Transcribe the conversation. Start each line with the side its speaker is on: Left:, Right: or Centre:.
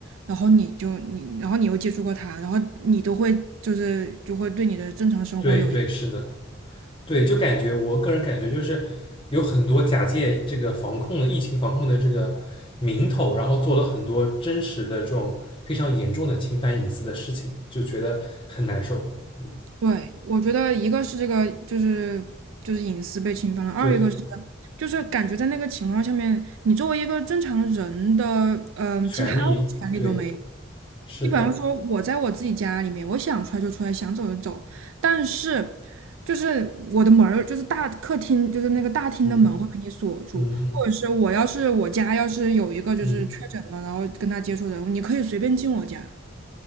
Right: 然后你就你，然后你又接触过他，然后你都会就是就会对你的正常生活有影
Left: 对对，是的。对，就感觉我个人感觉就是有很多假借这个防控的疫情防控的这个名头，然后做了很多真实的这种非常严重的侵犯隐私的事情，就觉得很难受。嗯，
Right: 对，我觉得一个是这个就是就是隐私被侵犯了，二一个是
Left: 对，
Right: 就是感觉在那个情况下面，你作为一个正常人的嗯、
Left: 权利，
Right: 呃其他的权利都没有。
Left: 对，是的，
Right: 你比方说，我在我自己家里面，我想出来就出来，想走就走。但是就是我的门儿，就是大客厅，就是那个大厅的门会被你锁住，
Left: 嗯嗯
Right: 或者是我要是我家要是有一个就是确诊了，
Left: 嗯
Right: 然后跟他接触的人，你可以随便进我家。